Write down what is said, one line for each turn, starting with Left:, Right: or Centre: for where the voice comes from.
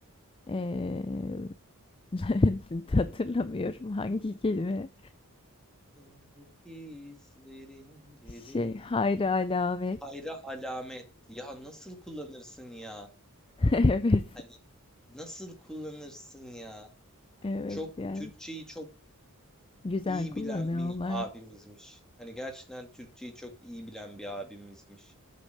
Left: Eee, <laughs> hatırlamıyorum hangi kelime.
Centre: İçimdeki izlerin derin.
Left: Şey, hayri alamet.
Centre: Hayra alamet. Ya nasıl kullanırsın ya?
Left: <laughs> Evet,
Centre: Hani nasıl kullanırsın ya?
Left: evet
Centre: çok
Left: yani
Centre: Türkçeyi çok
Left: güzel
Centre: iyi
Left: kullanıyorlar.
Centre: bilen bir abimizmiş. Hani gerçekten Türkçeyi çok iyi bilen bir abimizmiş.